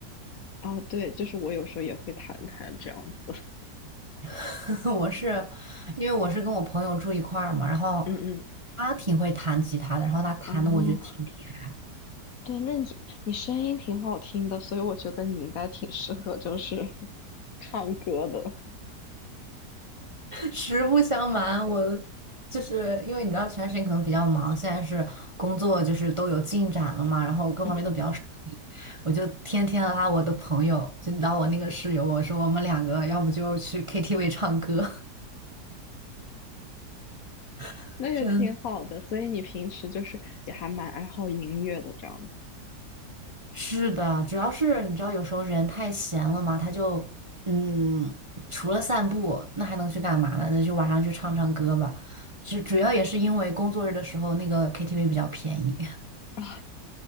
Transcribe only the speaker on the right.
<laughs> 我是因为我是跟我朋友住一块儿嘛，然后
他挺会弹吉他的，然后他弹的我觉得挺厉害。
实不相瞒，我就是因为你知道全时可能比较忙，现在是工作就是都有进展了嘛，然后各方面都比较顺利，
我就天天拉我的朋友，就拉我那个室友，我说我们两个要不就去 KTV 唱歌，<laughs>
真
是的，主要是你知道有时候人太闲了嘛，他就嗯，除了散步，那还能去干嘛呢？那就晚上去唱唱歌吧，就主要也是因为工作日的时候那个 KTV 比较便宜。